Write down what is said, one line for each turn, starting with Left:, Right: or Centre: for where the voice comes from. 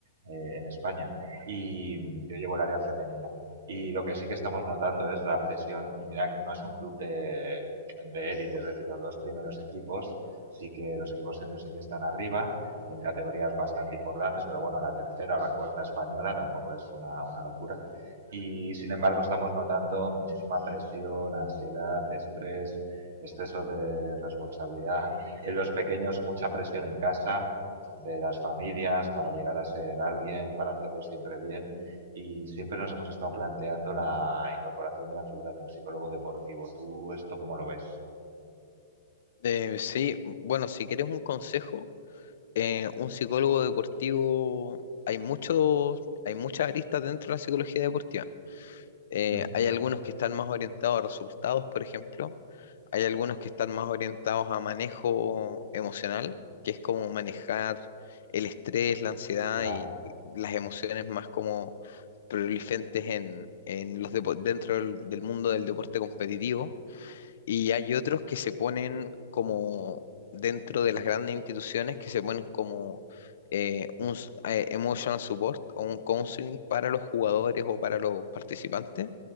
Right: eh, en España, y yo llevo el área femenina. Y lo que sí que estamos notando es la presión, y mira, no es un club de, de élite, es decir, los dos primeros equipos, sí que los equipos seniors sí que están arriba, en categorías bastante importantes, pero bueno, la tercera o la cuarta española tampoco es una, una locura. Y sin embargo estamos notando muchísima presión, ansiedad, estrés, exceso de responsabilidad, en los pequeños mucha presión en casa, de las familias para llegar a ser alguien, para hacerlo siempre bien. Y siempre nos hemos estado planteando la incorporación de la figura de un psicólogo deportivo. ¿Tú esto cómo lo ves?
Left: Eh, sí, bueno, si quieres un consejo, eh, un psicólogo deportivo, hay muchos, hay muchas aristas dentro de la psicología deportiva. Eh,
Right: Mm,
Left: hay algunos que están más orientados a resultados, por ejemplo, Hay algunos que están más orientados a manejo emocional, que es como manejar el estrés, la ansiedad
Right: Claro.
Left: y las emociones más como prolifentes en, en los depo- dentro del, del mundo del deporte competitivo. Y hay otros que se ponen como dentro de las grandes instituciones, que se ponen como eh, un s- eh, emotional support o un counseling para los jugadores o para los participantes.